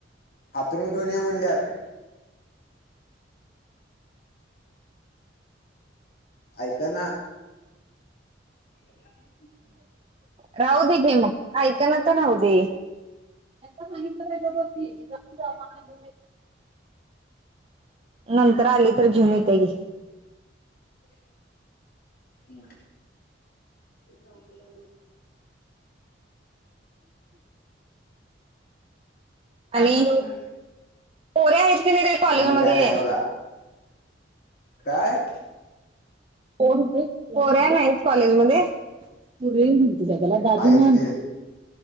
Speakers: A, on the left; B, on the right.
A: हातरूण घेऊन ये म्हणल्यात ऐक ना <unintelligible>
B: राहू दे घे मग ऐक ना तर राहू दे एकदा सांगितलं की गप बस्ती नंतर आली तर घेऊन येत्या घे
A: हम् न आपला
B: आणि
A: का
B: पोरे आहेत की नाही रे कॉलेजमध्ये
A: आम्ही काय नाही बघा काय?
B: कोण ते पोऱ्या नाहीत कॉलेज मध्ये पोर्या म्हणतेस दादाला दाजी
A: आहेत
B: म्हण
A: की